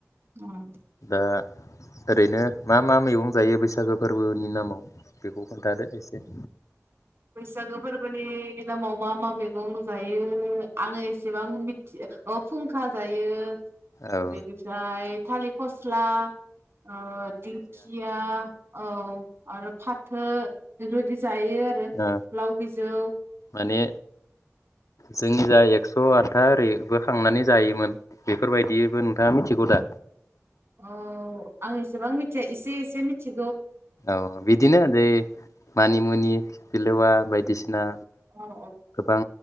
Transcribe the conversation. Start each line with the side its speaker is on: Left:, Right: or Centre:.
Right: ओं
Left: दा ओरैनो मा मा मैगं जायो बैसागो फोरबोनि नामाव बेखौ खोन्थादो एसे
Right: बैसागो फोरबोनि नामाव मा मा मैगं जायो आङो एसेबां मिथि अ फुंखा जायो
Left: औ
Right: बेनिफ्राय थालिर फस्ला ओ दिंखिया औ आरो फाथो बेफोरबायदि जायो आरो
Left: आ
Right: लाव बिजौ
Left: माने जोंनि जा एक्स' आटथा ओरैबो खांनानै जायोमोन बेफोरबायदिबो नोंथाङा मिथिगौ दा
Right: अ आं एसेबां मिथिया एसे एसे मिथि
Left: औ बिदिनो <unintelligible> मानि मुनि फालेवा बायदिसिना
Right: औ
Left: गोबां